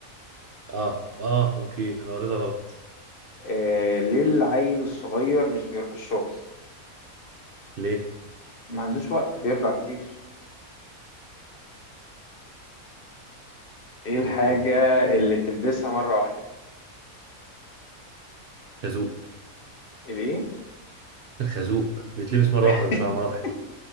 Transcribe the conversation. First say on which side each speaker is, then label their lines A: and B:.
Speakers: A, on the right; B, on the left.
A: اه اه اوكي انا قريتها غلط
B: آه ليه العيل الصغير مش بيروح الشغل
A: ليه؟
B: ما عندوش وقت بيرضع كتير ايه الحاجة
A: اوكي مم.
B: اللي تلبسها مرة واحدة
A: خازوق
B: الايه
A: الخازوق بيتلبس مرة
B: <laughs>
A: واحدة مش على مراحل